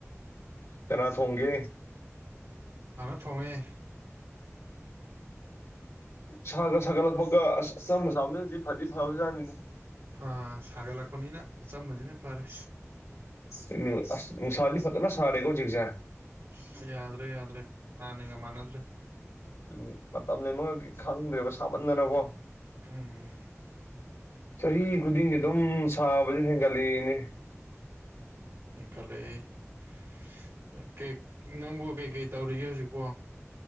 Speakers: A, on the left; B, on the right.
A: ꯀꯅꯥ ꯊꯣꯡꯒꯦ
B: ꯊꯣꯡꯏ
A: ꯁꯥꯒ ꯁꯥꯒꯠꯂꯛꯄꯒ ꯑꯁ ꯑꯆꯝꯕ ꯆꯥꯕꯅꯗꯤ ꯐꯗꯤ ꯐꯕꯖꯥꯠꯅꯤꯅꯦ
B: ꯑ ꯁꯥꯒꯠꯂꯛ ꯄꯅꯤꯅ ꯑꯆꯝꯕꯁꯤꯅ ꯐꯔꯦ
A: ꯁꯤꯅꯤꯕ ꯑꯦ ꯅꯨꯡꯁꯥ ꯗꯤ ꯐꯖꯅ ꯁꯥꯔꯦꯀꯣ ꯍꯧꯖꯤꯛꯁꯦ
B: ꯌꯥꯗ꯭ꯔꯦ ꯌꯥꯗ꯭ꯔꯦ ꯌꯥꯗ꯭ꯔꯦ ꯍꯟꯅꯒ ꯃꯥꯟꯅꯗ꯭ꯔꯦ
A: ꯑꯗꯨꯅꯦ ꯃꯇꯝ ꯂꯦꯟꯐꯝꯒ ꯈꯪꯗ꯭ꯔꯦ ꯁꯥꯃꯟꯗꯅꯀꯣ
B: ꯎꯝ
A: ꯆꯍꯤ ꯈꯨꯗꯤꯡꯒꯤ ꯑꯗꯨꯝ ꯁꯥꯕꯁꯦ ꯍꯦꯟꯒꯠꯂꯛꯏꯅꯦ
B: ꯍꯦꯟꯈꯠꯂꯛꯏ ꯅꯪꯕꯨ ꯀꯩꯀꯩ ꯇꯧꯔꯤꯒꯦ ꯍꯧꯖꯤꯛꯄꯣ